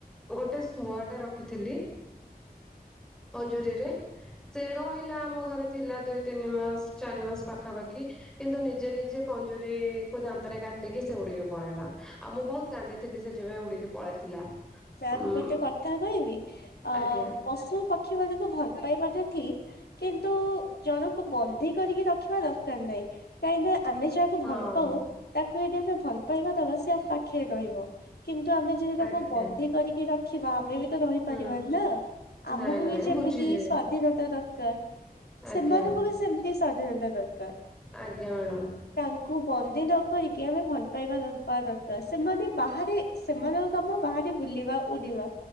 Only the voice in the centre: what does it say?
ଗୋଟେ ଶୁଆ ଟେ ରଖିଥିଲି। ପଞ୍ଜୁରୀରେ ସେ ରହିଲା ଆମ ଘରେ ଥିଲା ଦୁଇ ତିନି ମାସ ଚାରି ମାସ ପାଖାପାଖି। କିନ୍ତୁ ନିଜେ ନିଜେ ପଞ୍ଜୁରୀ କୁ ଦାନ୍ତରେ କାଟିକି ସେ ଉୁଡିକି ପଳେଇଲା ଆଉ ମୁଁ ବହୁତ କାନ୍ଦିି ଥିଲି ସେ ଯେବେ ଉଡିକି ପଳେଇଥିଲା।
ଉଁ
ଆଜ୍ଞା
ହଁ।
ଆଜ୍ଞା
ହୁଁ
ନାଇଁ ନାଇଁ
ବୁଝିଲି
ଆଜ୍ଞା।
ଆଜ୍ଞା ମାଡ଼ାମ୍।